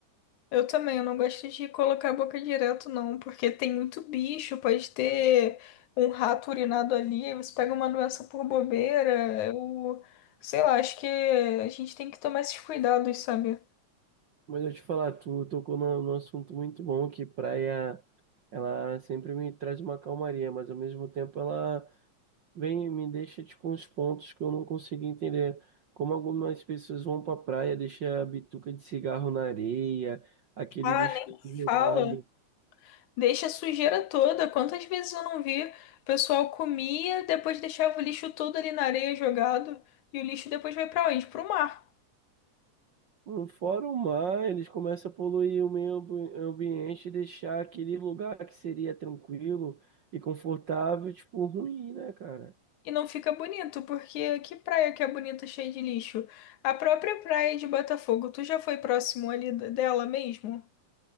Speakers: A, on the left (about 75°); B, on the right (about 55°).
A: eu também, eu não gosto de colocar a boca direto, não, porque tem muito bicho, pode ter um rato urinado ali, você pega uma doença por bobeira, eu sei lá, acho que a gente tem que tomar esses cuidados, sabe?
B: Mas eu te falar, tu tocou num num assunto muito bom, que praia, ela sempre me traz uma calmaria, mas ao mesmo tempo ela vem e me deixa, tipo, uns pontos que eu não consigo entender. Como algumas pessoas vão pra praia, deixa a bituca de cigarro na areia, aquele
A: Ah,
B: lixo
A: nem
B: jogado.
A: fala. Deixa a sujeira toda. Quantas vezes eu não vi? O pessoal comia, depois deixava o lixo todo ali na areia jogado. E o lixo depois vai pra onde? Pro mar.
B: Hum, Fora o mar, eles começam a poluir o meio ambi- ambiente e deixar aquele lugar que seria tranquilo e confortável, tipo, ruim, né, cara?
A: E não fica bonito, porque que praia que é bonita cheia de lixo? A própria praia de Botafogo, tu já foi próximo ali d- dela mesmo?